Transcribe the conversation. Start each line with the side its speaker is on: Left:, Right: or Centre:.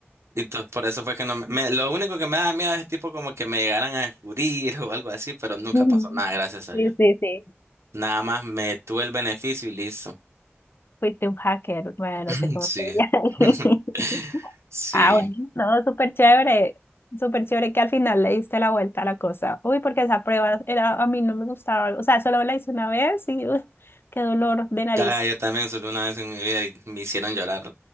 Right: Entonces por eso fue que no me, me- lo único que me daba miedo es tipo como que me llegaran a descubrir o algo así, pero nunca
Left: Ujú.
Right: pasó nada, gracias a
Left: Sí,
Right: Dios.
Left: sí, sí.
Right: Nada más me tuve el beneficio y listo.
Left: Fuiste un hacker, bueno, no
Right: <laughs>
Left: sé cómo
Right: Sí.
Left: sería.
Right: <laughs>
Left: <laughs>
Right: Sí.
Left: Ah, bueno, no, súper chévere, súper chévere que al final le diste la vuelta a la cosa. Uy, porque esa prueba era, a mí no me gustaba, o sea, solo la hice una vez y uy, qué dolor de nariz.
Right: Ah, yo también solo una vez en mi vida y me hicieron llorar.